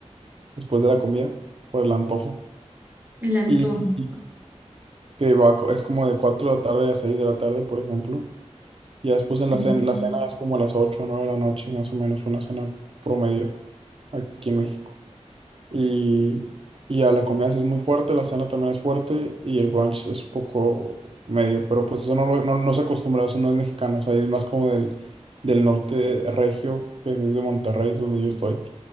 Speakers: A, on the right; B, on the right.
A: después de la comida, por el antojo,
B: el antojo.
A: y y que va, co- es como de 4 de la tarde a 6 de la tarde, por ejemplo. Y ya después en la
B: Mm,
A: cena, la cena es como a las 8 o 9 de la noche, más o menos, una cena promedio aquí en México. Y, y ya la comida sí es muy fuerte, la cena también es fuerte y el brunch es un poco medio, pero pues eso no, lo- no, no se acostumbra, eso no es mexicano, o sea, es más como del, del norte regio, que es de Monterrey, es donde yo estoy